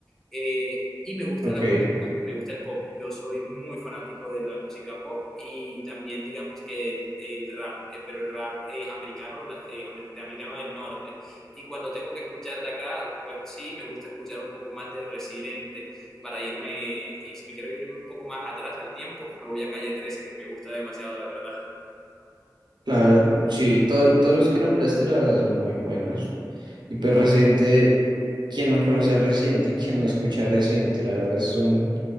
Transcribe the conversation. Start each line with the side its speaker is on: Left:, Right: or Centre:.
Centre: Eh, y me gusta
Right: ok,
Centre: la música, me gusta el pop. Yo soy muy fanático de la música pop y también digamos que el, el rap, eh, pero el rap eh, americano, la- eh, amer- de americano del norte. Y cuando tengo que escuchar de acá, pues sí, me gusta escuchar un poco más de Residente para irme, y si me quiero irme un poco más atrás al tiempo, me voy a Calle 13 que me gusta demasiado, la verdad.
Right: claro, sí, todo- todos los que nombraste, la verdad, son muy buenos. Y pues Residente, quien no conoce a Residente y quien no escucha a Residente, la verdad es un